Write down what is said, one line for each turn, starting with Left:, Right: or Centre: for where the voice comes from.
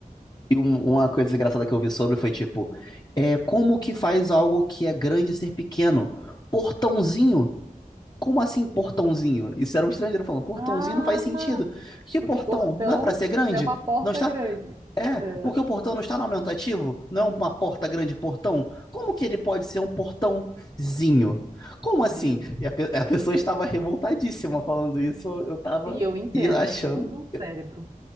Left: E um- uma coisa engraçada que eu vi sobre foi tipo, é como que faz algo que é grande ser pequeno? Portãozinho. Como assim portãozinho? Isso era um estrangeiro falando, portãozinho
Right: Ah,
Left: não faz sentido. Que
Right: porque
Left: portão?
Right: portão
Left: Não é para ser grande?
Right: já é uma porta
Left: Não está?
Right: grande.
Left: É,
Right: É,
Left: porque o portão não está no aumentativo? Não é uma porta grande portão? Como que ele pode ser um portãozinho? Como
Right: meu
Left: assim?
Right: Deus.
Left: E a, pe- a pessoa estava revoltadíssima falando isso, eu estava
Right: E eu entendo,
Left: achando.
Right: buga o cérebro.